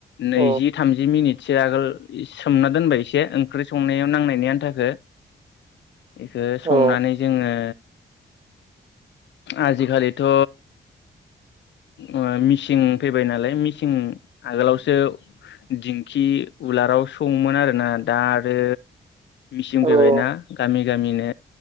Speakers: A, on the left; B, on the right.
A: नैजि
B: औ
A: थामजि मिनिटसो आगोल सोमना दोनबाय एसे ओंख्रि संनायाव नांनायनि आन्थाखौ बेखौ संनानै
B: औ
A: जोङो
B: <unintelligible>
A: आजिखालिथ'
B: <unintelligible>
A: अ मिसिं फैबाय नालाय मिसिं आगोलावसो दिंखि उलार आव सौवोमोन आरोना दा आरो <unintelligible> फैबायना
B: औ
A: गामि गामिनो